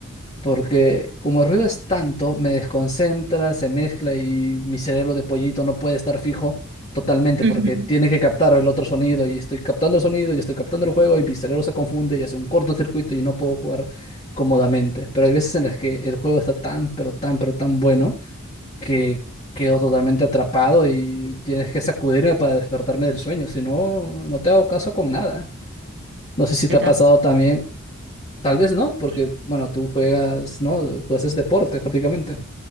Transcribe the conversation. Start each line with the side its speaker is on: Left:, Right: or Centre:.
Left: Porque como el ruido es tanto, me desconcentra, se mezcla y mi cerebro de pollito no puede estar fijo totalmente
Right: Ujú.
Left: porque tiene que captar el otro sonido y estoy captando el sonido y estoy captando el juego y mi cerebro se confunde y hace un cortocircuito y no puedo jugar cómodamente. Pero hay veces en las que el juego está tan, pero tan, pero tan bueno que quedo totalmente atrapado y tienes que sacudirme para despertarme del sueño. Si no, no te hago caso con nada. No sé si
Right: completa-
Left: te ha pasado también Tal vez no, porque,
Right: Sí,
Left: bueno, tú juegas, ¿no? Tú haces deporte prácticamente.